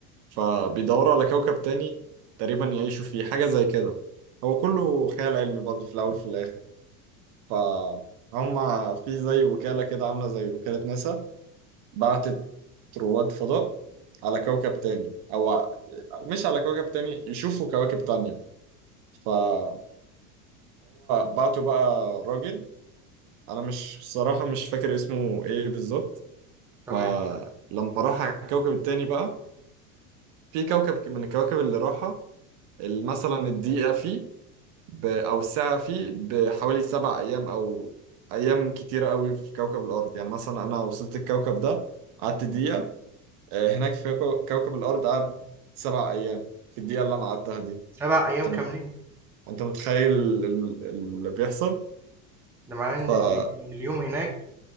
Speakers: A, on the right; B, in the centre.
A: فبيدوروا على كوكب تاني تقريبا يعيشوا فيه حاجة زي كده هو كله خيال علمي برضه في الأول في الآخر فهم في زي وكالة كده عاملة زي وكالة ناسا بعتت رواد فضاء على كوكب تاني أو ع- مش على كوكب تاني يشوفوا كواكب تانية فهو بعته بقى راجل أنا مش بصراحة مش فاكر اسمه إيه بالظبط
B: تمام
A: فلما راح على الكوكب التاني بقى في كوكب من الكواكب اللي راحة ال- مثلا الدقيقة فيه ب... أو الساعة فيه بحوالي سبع أيام أو أيام كتيرة قوي في كوكب الأرض يعني مثلا أنا وصلت الكوكب ده قعدت دقيقة آه، هناك في كو- كوكب الأرض قعد سبع أيام في الدقيقة اللي أنا قعدتها دي
B: سبع ايام
A: أنت
B: كاملين
A: مت- أنت متخيل ال- اللي بيحصل
B: ده معناه
A: فمثلا
B: ان ال- إن اليوم هناك